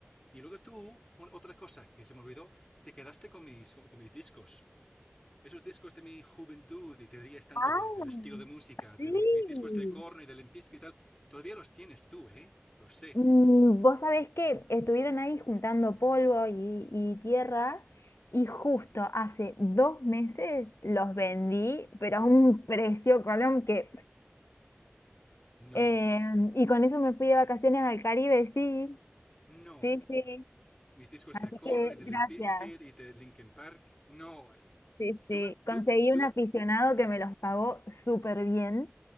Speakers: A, on the left; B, on the left.
A: Y luego tú, bueno, otra cosa que se me olvidó, te quedaste con mis, con, con mis discos. Esos discos de mi juventud, y te dirías tanto
B: Ah,
A: de- del estilo de música, de
B: sí.
A: mi- mis discos de Korn y de Limp Bizkit y tal, todavía los tienes tú, ¿eh? Lo sé.
B: Mm, Vos sabés que estuvieron ahí juntando polvo y, y tierra y justo hace dos meses los vendí, pero a un precio, Colón, que...
A: No,
B: eh, y con eso me fui de vacaciones al Caribe, sí.
A: no.
B: Sí, sí.
A: Mis discos
B: Así
A: de Korn
B: que
A: y de
B: gracias.
A: Limp Bizkit y de Linkin Park, no. Y
B: Sí,
A: tú,
B: sí,
A: me- tú,
B: conseguí
A: tú,
B: un aficionado que me los pagó súper bien.